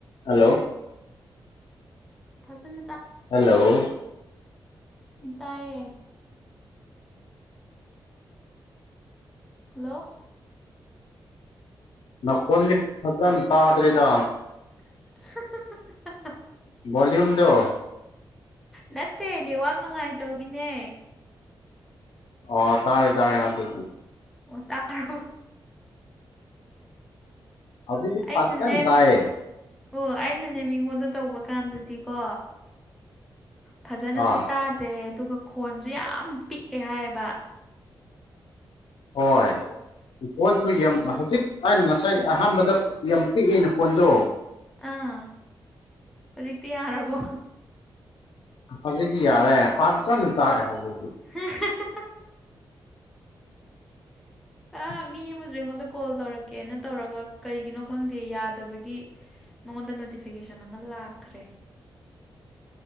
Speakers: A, on the left; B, in the centre.
A: hello
B: ꯐꯁꯜ
A: hello
B: ꯇꯌꯦ ꯂꯜꯂꯣ
A: ꯅꯀꯣꯟꯅꯤ ꯐꯖꯟ ꯇꯥꯗ꯭ꯔꯤꯗ
B: <unintelligible>
A: ꯣꯜ꯭ꯌꯨꯝ ꯗ
B: ꯅꯠꯇꯦ ꯅ ꯋꯥꯥꯛ ꯅꯨꯡꯉꯥꯏ ꯇꯒꯅꯦ
A: ꯑꯣ ꯇꯔꯦ ꯇꯔꯦ ꯍꯥꯀꯤ
B: ꯎ ꯇꯔꯣ
A: ꯍꯧꯖꯤꯛꯇꯤ
B: ꯑꯩꯅꯅꯦ
A: ꯐꯖꯅ ꯇꯥꯏꯌꯦ
B: ꯑꯣ ꯑꯩꯅꯅꯦ ꯃꯤꯉꯣꯟꯗ ꯇꯧꯕ ꯀꯥꯟꯗꯗꯤꯀꯣ ꯐꯖꯅꯁꯨ
A: ꯑꯥ
B: ꯇꯥꯗꯦ ꯑꯗꯨꯒ ꯈꯣꯟꯁꯨꯦ ꯌꯥꯝ ꯄꯤꯛꯑꯦ ꯍꯥꯏꯌꯦꯕ
A: ꯍꯣꯏ ꯐꯣꯟꯁꯨ ꯌꯥꯝ ꯍꯧꯖꯤꯛ ꯑꯩꯅ ꯉꯁꯥꯏ ꯑꯍꯥꯟꯕꯗ ꯌꯥꯝ ꯄꯤꯛꯏꯅ ꯐꯣꯟꯗꯣ
B: ꯑꯥ ꯍꯧꯖꯤꯛꯇꯤ ꯌꯥꯔꯕꯣ
A: ꯍꯖꯤꯗꯤ ꯌꯥꯔꯦ ꯄꯆꯖ ꯇꯔꯦ ꯍꯖꯤ
B: ꯎ
A: <unintelligible>
B: ꯑꯥ ꯃꯤ ꯑꯃꯁꯨ ꯑꯩꯉꯣꯟꯗ ꯀꯣꯜ ꯇꯧꯔꯛꯀꯦꯅ ꯇꯧꯔꯒ ꯀꯩꯒꯤꯅꯣ ꯈꯪꯗꯦ ꯌꯥꯗꯕꯒꯤ ꯃꯉꯣꯟꯗ ꯅꯣꯇꯤꯐꯤꯀꯦꯁꯟ ꯑꯃ ꯂꯥꯛꯈ꯭ꯔꯦ